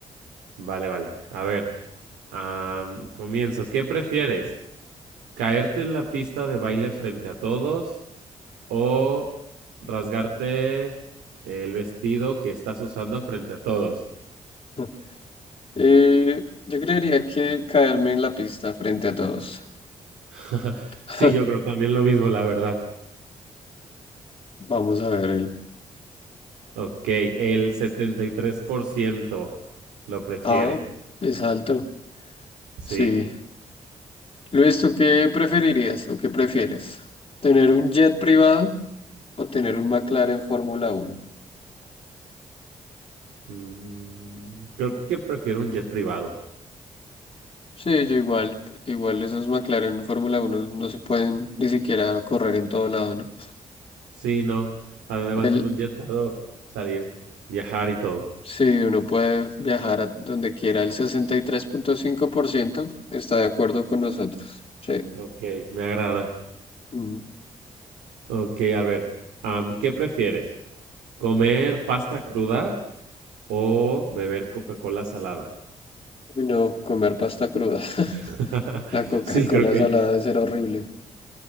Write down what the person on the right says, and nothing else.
Vale, vale. A ver, am, comienzo. ¿Qué prefieres? ¿Caerte en la pista de baile frente a todos o rasgarte el vestido que estás usando frente a todos?
<laughs>
Sí, yo creo también lo mismo, la verdad.
Ok, el 73% lo prefiere.
Sí.
Mm, creo que prefiero un jet privado.
Sí, no. Además,
en un jet puedo salir, viajar y todo.
Ok, me agrada.
Ok, a ver. am, ¿qué prefieres? ¿Comer pasta cruda o beber Coca-Cola salada?
<laughs>
Sí, creo que